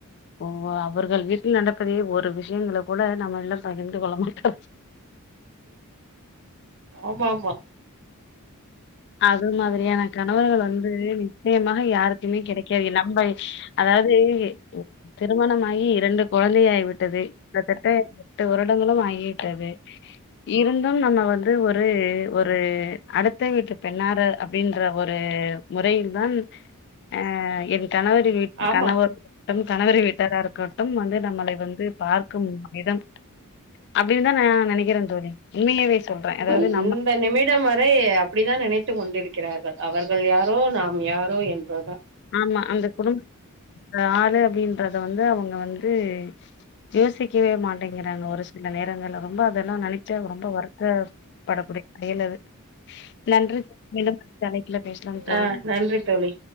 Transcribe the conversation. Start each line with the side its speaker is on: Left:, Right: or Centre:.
Left: ஓ அவர்கள் வீட்டில் நடப்பதை ஒரு விஷியங்கள கூட நம்மெல்லா பகிர்ந்து கொள்ள மாட்டார்
Right: ஆமா ஆமா
Left: அது மாதிரியான கணவர்கள் வந்து நிச்சயமாக யாருக்குமே கெடைக்காது ஏ நம்பை அதாவது திருமணமாகி இரண்டு கொழந்தையாகி விட்டது இந்த து து வருடங்களு ஆகி விட்டது இருந்தும் நம்ம வந்து ஒரு ஒரு அடுத்த வீட்டுப் பெண்ணாரு அப்படின்ற ஒரு முறையில்தான் அ என் கணவரி வீட்
Right: ஆமா
Left: கணவர்ட்டு கணவரு வீட்டாரா இருக்கட்டும் வந்து நம்மளை வந்து பார்க்கும் விதம் அப்டின் தா நா நெனைக்கிறே தோழி உண்மையாவே சொல்றே
Right: ஆமா
Left: அதாவது நம்ம
Right: இந்த நிமிடம் வரை அப்படிதான் நினைத்து கொண்டிருக்கிறார்கள் அவர்கள் யாரோ நாம் யாரோ என்பதுதா
Left: ஆமா அந்த குடும் யாரு அப்படின்றத வந்து அவுங்க வந்து யோசிக்கவே மாட்டேங்கிறாங்க ஒரு சில நேரங்கள்ல வந்து அதெல்லா நெனைக் ச்ச ரொம்ப வருத்தப்பட கூடிய செயலது நன்றி மீண்டும் தலைப்பு பேசலாம் தோழி
Right: ஆ நன்றி தோழி